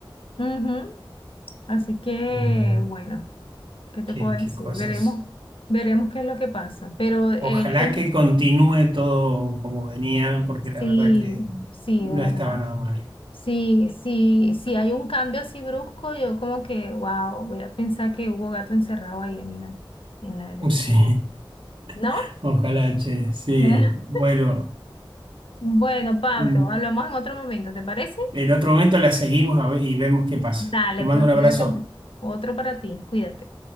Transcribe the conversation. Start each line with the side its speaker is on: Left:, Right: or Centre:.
Left: Ujú. Así que,
Right: Mira,
Left: bueno, ¿qué te
Right: qué,
Left: puedo
Right: qué
Left: decir?
Right: cosa
Left: Veremos,
Right: es.
Left: veremos qué es lo que pasa. Pero eh,
Right: Ojalá
Left: hay mucho-
Right: que continúe todo como venía, porque
Left: Sí,
Right: la verdad que
Left: sí,
Right: no
Left: de verdad.
Right: estaba nada mal.
Left: Si, si, si hay un cambio así brusco, yo como que, wow, voy a pensar que hubo gato encerrado ahí en la, en la elección.
Right: Sí,
Left: ¿No?
Right: <laughs> ojalá, che, sí.
Left: <laughs>
Right: Bueno.
Left: Bueno, Pablo,
Right: mm,
Left: hablamos en otro momento, ¿te parece?
Right: En otro momento la seguimos a ver y vemos qué pasa.
Left: Dale,
Right: Te mando
Left: pues
Right: un
Left: cuídate
Right: abrazo.
Left: mucho. Otro para ti, cuídate.